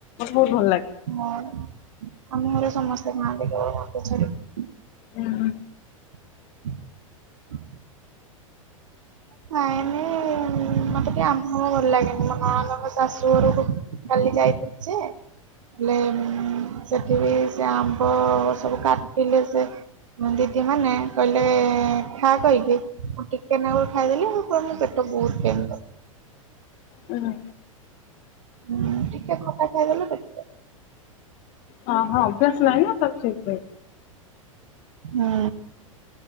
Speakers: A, on the left; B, on the right.
A: ବହୁତ ଭଲ ଲାଗେ।
B: ହଁ। ଆମ ଘରେ ସମସ୍ତେ ଖାଆନ୍ତି କେବଳ ମତେ ଛାଡ଼ିକି।
A: ହୁଁ ହ।
B: <inaudible> ନାଇଁମ ମତେ ଟିକେ ଆମ୍ବ ଭଲ ଲାଗେନି ମୋ ନଣନ୍ଦଙ୍କ ଶାଶୁ ଘରକୁ କାଲି ଯାଇଥିଲି ଯେ ହେଲେ ସେଠି ବିି ସେ ଆମ୍ବ ସବୁ କାଟିଲେ ସେ ଦିଦି ମାନେ କହିଲେ ଖା କହିକି ମୁଁ ଟିକେ ନାଗୁରୁ ଖାଇଦେଲେ ଆଉ ବହୁତ ପ୍ରେମିକ।
A: ଓ ହୋ।
B: ମୁଁ ଟିକେ ଖଟା ଖାଇଦେଲେ-। <unintelligible>
A: ହଁ ହଁ ଅଭ୍ୟାସ ନାହିଁ ନା ତ ସେଥିପାଇଁ।
B: ହୁଁ